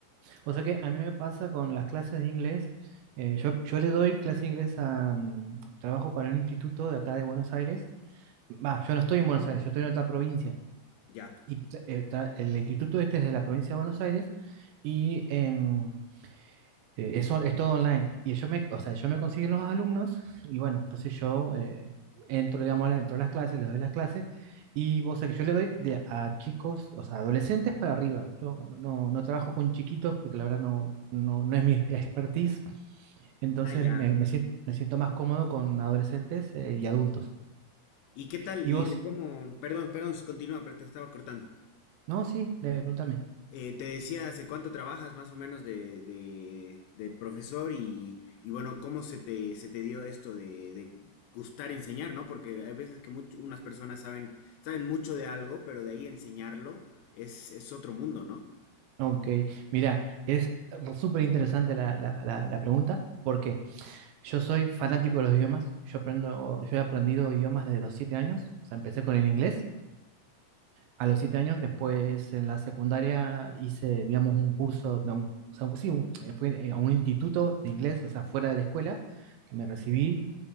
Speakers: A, on the right; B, on the left.
A: O sea que a mí me pasa con las clases de inglés. eh, yo, yo le doy clase de inglés a... mm, trabajo para un instituto de acá de Buenos Aires. Va, yo no estoy en Buenos Aires, yo estoy en otra provincia.
B: Ya.
A: Y eh, tra- el instituto este es de la provincia de Buenos Aires. Y em, eh, eso es todo online. Y ellos me, o sea, ellos me consiguen los alumnos y bueno, entonces yo eh, entro, digamos, a la- entro a las clases, les doy las clases y vos sabés que yo le doy de, a chicos, o sea, adolescentes para arriba. Yo no, no trabajo con chiquitos porque la verdad no, no, no es mi expertise. Entonces
B: Ah, ya.
A: me, me sien- me siento más cómodo con adolescentes eh, y adultos.
B: ¿Y qué tal?
A: ¿Y
B: ¿Y
A: vos?
B: de cómo? Perdón, perdón, continúa, pero te estaba cortando.
A: No, sí, eh, pregúntame.
B: Eh, te decía hace cuánto trabajas más o menos de, de- de profesor y, y bueno, cómo se te, se te dio esto de, de gustar enseñar, ¿no? Porque hay veces que much- unas personas saben, saben mucho de algo, pero de ahí enseñarlo es, es otro mundo, ¿no?
A: Ok, mira, es súper interesante la, la, la, la pregunta. ¿Por qué? Yo soy fanático de los idiomas. Yo aprendo, yo he aprendido idiomas desde los siete años. O sea, empecé con el inglés a los siete años. Después en la secundaria hice, digamos, un curso, no, un- o sea, un- sí, un- eh, fui eh, a un instituto de inglés, o sea, fuera de la escuela, que me recibí